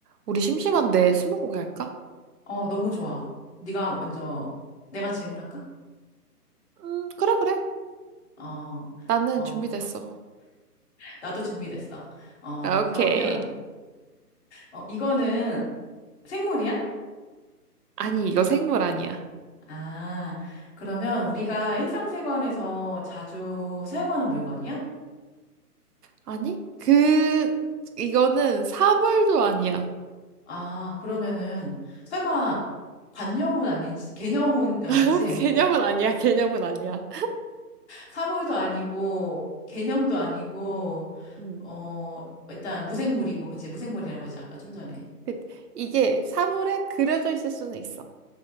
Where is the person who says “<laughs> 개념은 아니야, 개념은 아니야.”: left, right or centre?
Right